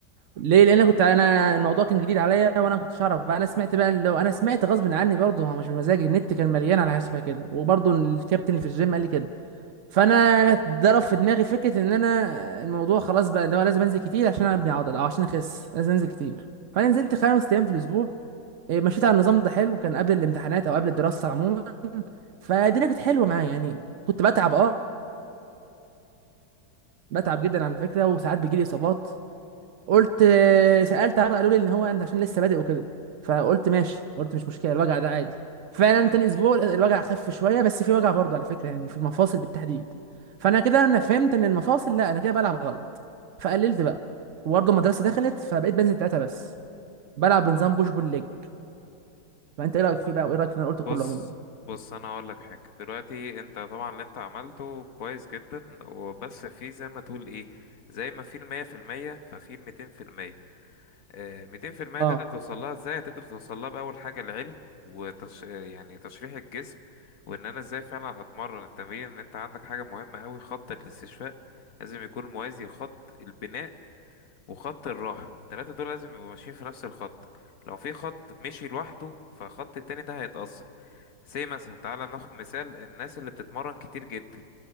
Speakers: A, on the right; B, on the left.
A: ليه لان انا كنت انا الموضوع كان جديد عليا وانا ما كنتش اعرف بقى انا سمعت بقى اللي هو انا سمعت غصب عني برضه هو مش بمزاجي النت كان مليان على حسابها كده وبرضه الكابتن اللي في الجيم قال لي كده فانا ضرب في دماغي فكره ان انا الموضوع خلاص بقى اللي هو لازم انزل كتير عشان ابني عضل او عشان اخس لازم انزل كتير فانا نزلت خمس ايام في الاسبوع إيه، مشيت على النظام ده حلو كان قبل الامتحانات او قبل الدراسه عموما فالدنيا كانت حلوه معايا يعني كنت بتعب اه بتعب جدا على فكره وساعات بيجي لي اصابات قلت آه، سألت عرض قالوا لي ان هو انت عشان لسه بادئ وكده فقلت ماشي قلت مش مشكلة الوجع ده عادي فعلا تاني اسبوع الوجع خف شوية بس في وجع برضه على فكرة يعني في المفاصل بالتحديد فانا كده انا فهمت ان المفاصل لا انا كده بلعب غلط فقللت بقى وبرضه المدرسة دخلت فبقيت بنزل تلاتة بس بلعب بنظام بوش بول ليج فانت ايه رأيك فيه بقى وايه رأيك في اللي انا قلته
B: بص
A: كله عموما
B: بص انا هقول لك حاجة دلوقتي انت طبعا اللي انت عملته كويس جدا وبس في زي ما تقول ايه زي ما في المية في المية ففي الميتين في المية الميتين في المية
A: اه
B: تقدر توصل لها ازاي تقدر توصل لها بأول حاجة العلم وتش... آه، يعني تشريح الجسم وان انا ازاي فعلا اتمرن التمرين ان انت عندك حاجة مهمة اوي خط الاستشفاء لازم يكون موازي خط البناء وخط الراحة التلاتة دول لازم يبقوا ماشيين في نفس الخط لو في خط مشي لوحده فخط التاني ده هيتأثر زي مثلا تعالى ناخد مثال الناس اللي بتتمرن كتير جدا